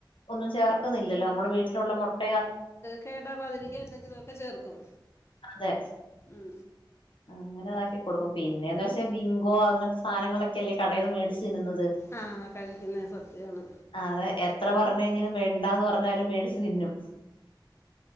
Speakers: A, on the left; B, on the left.
A: ഒന്നും ചേർക്കുന്നില്ലല്ലോ നമ്മള് വീട്ടിലുള്ള മുട്ടയു
B: കേടാവതിരിക്ക്യാ എന്തെങ്കിലുമൊക്കെ ചേർക്കും.
A: അതെ.
B: ഉം.
A: അങ്ങനെതാക്കി കൊടുക്കും പിന്നെന്ന് വെച്ചാ ബിങ്കോ അങ്ങൻത്ത സാധനങ്ങളൊക്കല്ലേ കടയിൽന്ന് മേടിച്ച് തിന്നുന്നത്.
B: ആഹ് കഴിക്ക്യുന്ന സത്യാണ്.
A: അതെ എത്ര പറഞ്കഴിഞ്ഞലും മേണ്ടാന്ന് പറഞ്ഞാലും മേടിച്ച് തിന്നും.